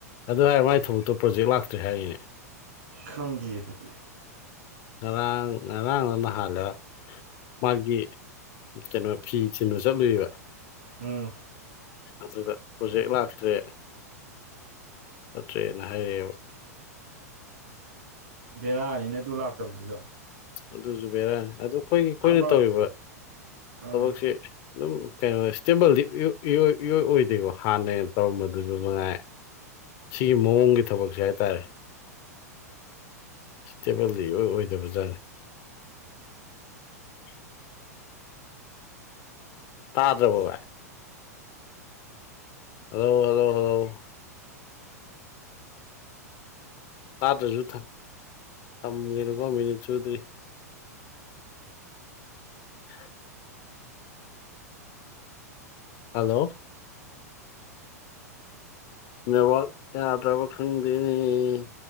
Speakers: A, on the left; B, on the right.
A: ꯑꯗꯨ ꯍꯥꯏꯔꯥ ꯃꯥꯏ ꯊꯕꯛꯇꯣ ꯄ꯭ꯔꯣꯖꯦꯛ ꯂꯥꯛꯇ꯭ꯔꯦ ꯍꯥꯏꯔꯤꯅꯦ
B: ꯈꯪꯗꯤꯌꯦ ꯑꯗꯨꯗꯤ
A: ꯉꯔꯥꯡ ꯉꯔꯥꯡꯂꯥ ꯅꯍꯥꯜꯂꯥ ꯃꯥꯒꯤ ꯀꯩꯅꯣ ꯐꯤ ꯊꯤꯟꯕ ꯆꯠꯂꯨꯏꯕ
B: ꯎꯝ
A: ꯑꯗꯨꯗꯥ ꯄ꯭ꯔꯣꯖꯦꯛ ꯂꯥꯛꯇ꯭ꯔꯦ ꯈꯣꯠꯇ꯭ꯔꯦꯅꯥ ꯍꯥꯏꯔꯛꯑꯦꯕ
B: ꯔꯥꯅꯤꯅꯦ ꯑꯗꯨ ꯂꯥꯛꯇꯕꯁꯤꯁꯨ
A: ꯑꯗꯨꯁꯨ ꯕꯦꯔꯥꯅꯦ ꯑꯗꯨ ꯑꯩꯈꯣꯏꯒꯤ ꯑꯩꯈꯣꯏꯅ
B: ꯑꯃ
A: ꯇꯧꯔꯤꯕ
B: ꯑꯥ
A: ꯊꯕꯛꯁꯦ ꯑꯗꯨꯝ ꯀꯩꯅꯣ ꯏꯁꯇꯦꯕꯜꯗꯤ ꯏꯌꯣꯏ ꯏꯌꯣꯏ ꯏꯌꯣꯏ ꯑꯣꯏꯗꯦꯕ ꯍꯥꯟꯅ ꯇꯧꯔꯝꯕꯗꯨꯁꯨ ꯃꯉꯥꯏ ꯁꯤ ꯃꯑꯣꯡꯒꯤ ꯊꯕꯛꯁꯦ ꯍꯥꯏꯇꯥꯔꯦ ꯏꯁꯇꯦꯕꯜꯗꯤ ꯏꯑꯣꯏ ꯑꯣꯏꯗꯕ ꯖꯥꯠꯅꯤ <unintelligible> ꯇꯥꯗ꯭ꯔꯥꯕꯣ ꯚꯥꯏ ꯍꯜꯂꯣ ꯍꯜꯂꯣ ꯍꯜꯂꯣ ꯇꯥꯗ꯭ꯔꯁꯨ ꯊꯝ ꯊꯝꯒꯤꯅꯨꯀꯣ ꯃꯤꯅꯤꯠ ꯆꯨꯗ꯭ꯔꯤ <unintelligible> ꯍꯜꯂꯣ ꯅꯦꯠꯋꯥꯛ ꯌꯥꯗ꯭ꯔꯕ ꯈꯪꯗꯦꯅꯦꯍꯦ